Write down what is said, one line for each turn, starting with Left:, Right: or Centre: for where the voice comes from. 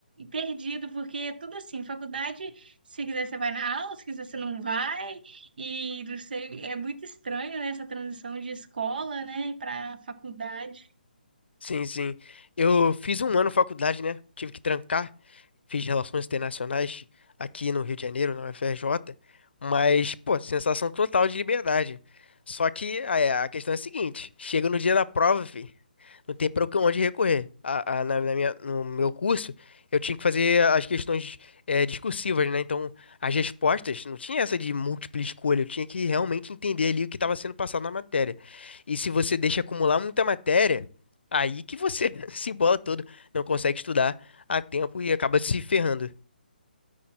Right: perdido, porque é tudo assim, faculdade, se quiser você vai na aula, se quiser você não vai. E não sei, é muito estranho, né, essa transição de escola, né, para faculdade.
Left: Sim, sim. Eu fiz um ano de faculdade, né? Tive que trancar. Fiz Relações Internacionais aqui no Rio de Janeiro, na UFRJ. Mas, pô, sensação total de liberdade. Só que é, a questão é a seguinte: chega no dia da prova, fi. Não tem para onde recorrer. A, a- na, na minha, no meu curso, eu tinha que fazer as questões eh, discursivas, né? Então, as respostas, não tinha essa de múltipla escolha, eu tinha que realmente entender ali o que estava sendo passado na matéria. E se você deixa acumular muita matéria, aí que você <laughs> se embola todo, não consegue estudar a tempo e acaba se ferrando.